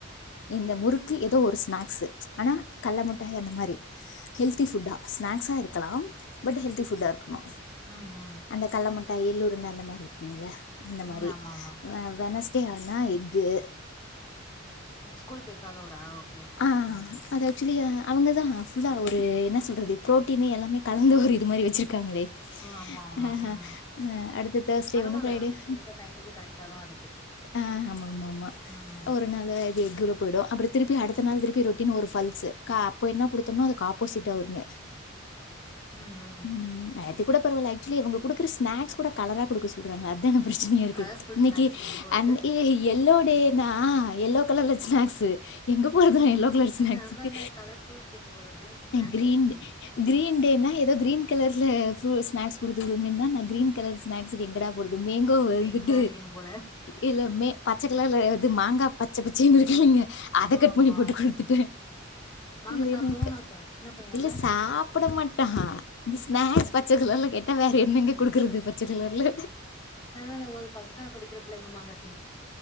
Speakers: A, on the left (about 60°); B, on the left (about 20°).
A: இந்த முறுக்கு ஏதோ ஒரு ஸ்நாக்ஸ்ஸு ஆனா கடல முட்டாய் அந்த மாரி ஹெல்தி ஃபுட்டா ஸ்நாக்ஸா இருக்கலாம் பட் ஹெல்தி ஃபுட்டா இருக்கணு
B: ம் ம்
A: அந்த கடல முட் டாய் எள்ளுருன்ட அந்த மாரி இருக்குங்கள அந்த மாரி
B: ம் ஆமா ஆமா
A: வெனஸ்டே ஆனா எக்கு
B: ம் ஸ்கூல் கேக்க அலோடா ஓகே ஓகே
A: ஆ
B: ம்
A: அது அக்சுவலி அவுங்க தா ஃபுல்லா ஒரு என்ன சொல்றது ப்ரோட்டீனு எல்லாமே கலந்து ஒரு இது மாதிரி வச்சுருக்காங்களே
B: ஓ ஆமா ஆமா
A: ஆ
B: ம்
A: ஆ அ அடுத்து தேர்ஸ்டே
B: பரவால்ல
A: ஒண்ணு ஃப்ரைடே
B: அவங்க
A: ஒண்ணு
B: குடுக்க டைம் டேபிள் கரெக்டா தா இருக்கு
A: அ ஆமா ஆமா ஆமா
B: ம்
A: ஒரு நாளு இது எக் போய்டும் அப்ப திருப்பி அடுத்த நாள் திருப்பி ரொட்டின்னு ஒரு பல்ஸ்ஸு கா இப்ப என்ன குடுத்தோம்னா அதுக்கு ஆப்போசிட்டா வருவே
B: ம் ம்
A: உம் உம் அது கூட பரவால அக்சுவ்லி இவுங்க குடுக்குற ஸ்னாக்ஸ் கூட கலரா குடுக்க சொல்றாங்கள அதா பிரச்சனையா இருக்கு
B: கலர்ஃபுல்
A: இன்னைக்கு
B: ஸ்நாக்ஸ்க்கு எங்க போறது
A: ஏ எல்லோ டேதா எல்லோ கலர்ல ஸ்நாக்ஸ்ஸு எங்க போறது நா எல்லோ கலர் ஸ்நாக்ஸுக்கு
B: அதான கலர்ஃபுல் கேக்க போறது ஸ்நாக்ஸ்
A: கிரீன்
B: வைக்கனு
A: டே கிரீன் டேனா ஏதோ கிரீன் ரெட் கலர்ல ஃப்ரூ ஸ்நாக்ஸ் குடுத்து உடுங்கன்னா நா கிரீன் கலர் ஸ்நாக்ஸுக்கு எங்கடா போறது மேங்கோ வந்துட்டு
B: பெயிண்ட் தா அடிக்கணு போல
A: எல்லாமே பச்சகலர்ல இது மாங்கா பச்ச பச்சைன்னு இருக்குலைங்க அத கட்
B: ஆமா
A: பண்ணி போட்டு குடுத்துட்டே
B: மாங்கா
A: இதே
B: சாப்டுவோனு
A: மாரிக்க
B: இருக்கு சின்ன பையன்ல
A: இல்ல சாப்பிட மாட் ட்டா இந்த ஸ்நாக்ஸ் பச்ச கலர்ல கேட்டா வேற என்னங்க குடுக்குறது பச்ச கலர்ல
B: அதான ஒரு ஃபர்ஸ்ட் ஸ்டன்டர் படிக்கரப் பிள்ளைங்க மக